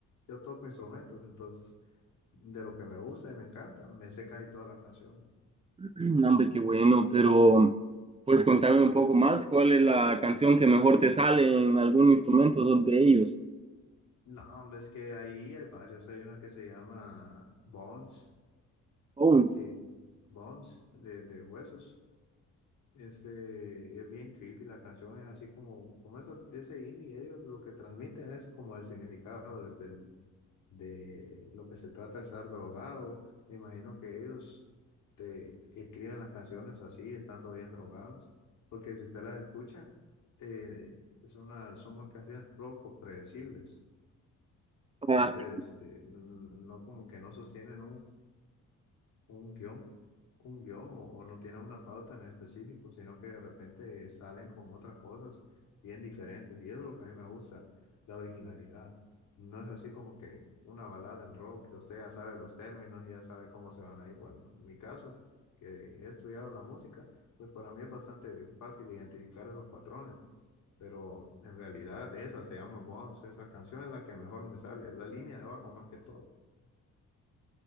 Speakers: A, on the left (about 75°); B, on the right (about 20°).
A: yo toco instrumentos, entonces de lo que me gusta y me encanta, me sé casi toda la canción.
B: <clears throat> No, Hombre, qué bueno, pero pues contame un poco más, ¿cuál es la canción que mejor te sale en algún instrumento? Son de ellos.
A: No, hombre, es que ahí hay varios, hay una que se llama Bones,
B: Bones.
A: que Bones de, de huesos. Este, es bien creepy, la canción es así como, como eso- ese indie, ellos lo que transmiten es como el significado de, del- de lo que se trata de estar drogado. Me imagino que ellos te escriben las canciones así, estando bien drogados, porque si usted las escucha, eh, es una, son canciones poco predecibles. Entonces,
B: Así
A: eh, n- no como que no sostienen un guión, un guión o, o no tienen una pauta en específico, sino que de repente salen con otras cosas bien diferentes. Y eso es lo que a mí me gusta, la originalidad. No es así como que una balada en rock, que usted ya sabe los términos, ya sabe cómo se van a ir. Bueno, en mi caso, que he estudiado la música, pues para mí es bastante fácil identificar esos patrones. Pero en realidad esa se llama Bones, esa canción es la que mejor me sale, la línea de abajo más que todo.